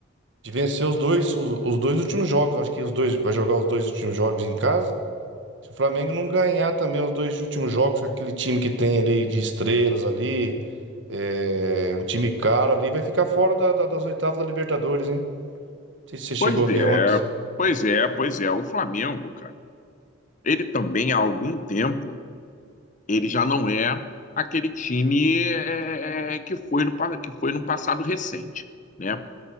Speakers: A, on the right; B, on the left.
A: De vencer os dois, os, os dois últimos jogos. Acho que os dois vai jogar os dois últimos jogos em casa. Se o Flamengo não ganhar também os dois últimos jogos com aquele time que tem ali de estrelas ali, é, um time caro ali, vai ficar fora da- da- das oitavas da Libertadores, hein? Não sei se você chegou
B: Pois
A: a
B: é,
A: ver ontem.
B: pois é, pois é. O Flamengo, cara. Ele também, há algum tempo, ele já não é aquele time é, que foi no, pa- que foi no passado recente, né?